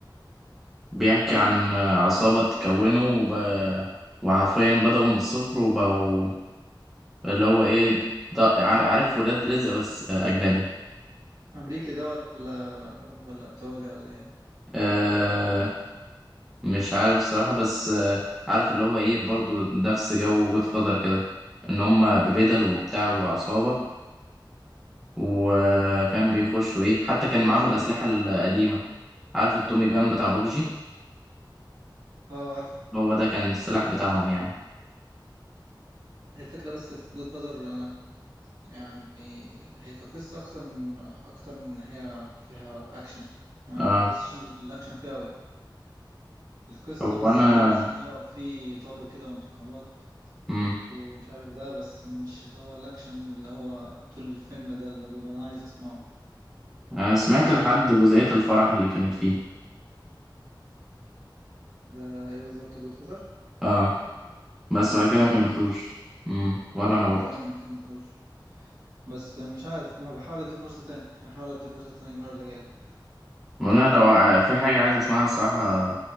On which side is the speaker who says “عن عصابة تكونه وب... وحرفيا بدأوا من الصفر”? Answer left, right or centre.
Centre